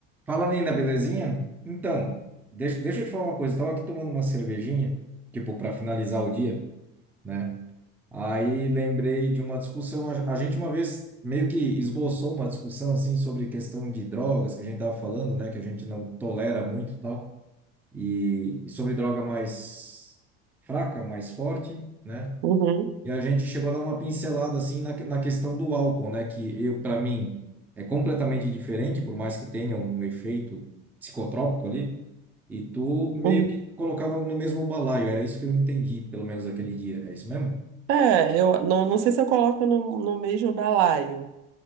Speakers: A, in the centre; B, on the right.
A: Fala, Nina, belezinha? Então, deixa, deixa eu te falar uma coisa. Eu tava aqui tomando uma cervejinha, tipo, para finalizar o dia, né? Aí lembrei de uma discussão. A a gente uma vez meio que esboçou uma discussão, assim, sobre questão de drogas, que a gente tava falando, né? Que a gente não tolera muito e tal. E, e sobre droga mais fraca, mais forte, né?
B: Uhum,
A: E a gente chegou a dar uma pincelada assim na, na questão do álcool, né? Que eu, para mim, é completamente diferente, por mais que tenha um efeito psicotrópico ali. E tu meio
B: uhum.
A: que colocava no mesmo balaio, era isso que eu entendi, pelo menos aquele dia. É isso mesmo?
B: É, eu não, não sei se eu coloco no, no mesmo balaio,